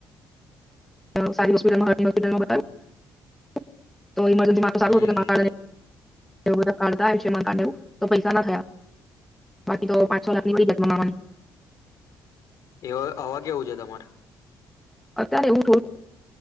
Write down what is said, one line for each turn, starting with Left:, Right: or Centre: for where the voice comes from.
Centre: સારી હોસ્પિટલા હોસ્પિટલમાં બતાવ્યું તો ઇજ મારું દિમાગ તો સારું
Left: હમ
Centre: હતું કે
Left: હમ
Centre: માસા ને બધા કાર્ડ આવ છે એમાં કારડવું તો પૈસા ના થયા બાકી તો પાંચ છો લાખ ની પત મનાવાની
Left: એવા આવા કેવું છે તમારે
Centre: અત્યારે એવું